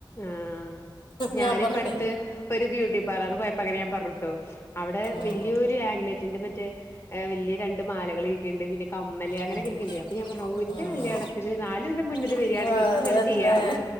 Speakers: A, on the left; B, on the left.
A: ആഹ് ഞാനിപ്പ
B: ഞാൻ പറയണേ
A: അടുത്ത് ഒരു ബ്യൂട്ടി പാർലറി പോയപ്പോ അങ്ങനെ ഞാൻ പറഞ്ഞുട്ടോ അവിടെ
B: ഉം
A: വല്ല്യരു ആംഗ്ലെറ്റിന്റെ മറ്റേ വല്ല്യയ രണ്ട് മാലകൾ ഇരിക്കിണ്ട് പിന്നെ കമ്മല് അങ്ങനൊക്കെ
B: ഉം ഉം
A: ഇരിക്കണ്ടേ അപ്പ ഞാൻ പറഞ്ഞൂ അഹു
B: ഉം
A: ന്റെ കല്യാണത്തില് നാല് കൊല്ലം മുന്നത്
B: ഉം
A: വര്ആണെങ്കി ഇക്ക്ങ്ങന
B: അതന്നെ
A: ചെയ്യാര്ന്നു.